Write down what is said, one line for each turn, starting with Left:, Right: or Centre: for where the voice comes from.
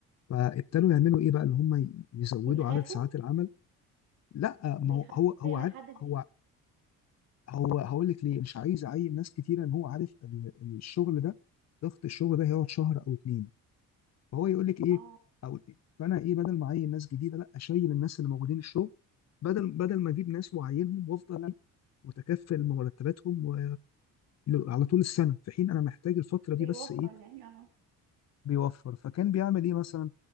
Left: فابتدوا يعملوا إيه بقى اللي هم ي- يزودوا
Right: بيخافوا
Left: عدد ساعات العمل لا
Right: بيخافوا
Left: ما هو هو هو
Right: شوية من
Left: عارف
Right: حد جديد
Left: هو هو هقول لك ليه مش عايز يعين ناس كتيرة إن هو عارف ال- الشغل ده ضغط الشغل ده هيقعد شهر أو اتنين فهو يقول لك ايه
Right: اه
Left: او فانا ايه بدل ما اعين ناس جديده لا اشيل الناس اللي موجودين الشغل بدل بدل ما اجيب ناس واعينهم وافضل متكفل مرتباتهم و... على طول السنه في حين انا محتاج الفتره دي
Right: بيوفر
Left: بس ايه
Right: يعني اه
Left: بيوفر فكان بيعمل ايه مثلا